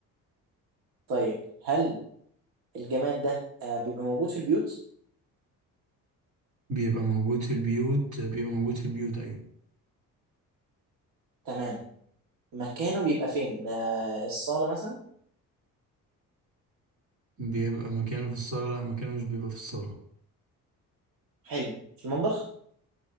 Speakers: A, on the right; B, on the right.
A: طيب هل الجماد ده آه بيبقى موجود في البيوت؟
B: بيبقى موجود في البيوت بيبقى موجود في البيوت ايوه
A: تمام مكانه بيبقى فين؟ آه الصالة مثلا؟
B: بيبقى مكانه في الصالة لا مكانه مش بيبقى في الصالة
A: حلو في المطبخ؟